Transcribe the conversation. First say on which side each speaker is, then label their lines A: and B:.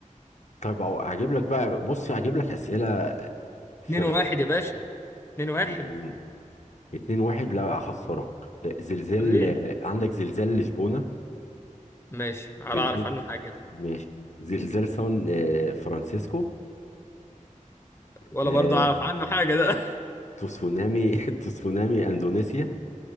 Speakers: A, on the left (about 60°); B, on the left (about 20°).
A: طيب أهو هجيب لك بقى بص هجيب لك اسئله في
B: 2
A: الرايق
B: 1 يا باشا 2 1
A: مم. اتنين واحد لا هخسرك آه، زلزال
B: وريني
A: آه، عندك زلزال لشبونه
B: ماشي على
A: زلزال
B: اعرف عنه حاجه ده
A: ماشي زلزال سان آه، فرانسيسكو
B: ولا
A: آه،
B: برضه اعرف عنه حاجه ده
A: تسونامي <laughs> تسونامي اندونيسيا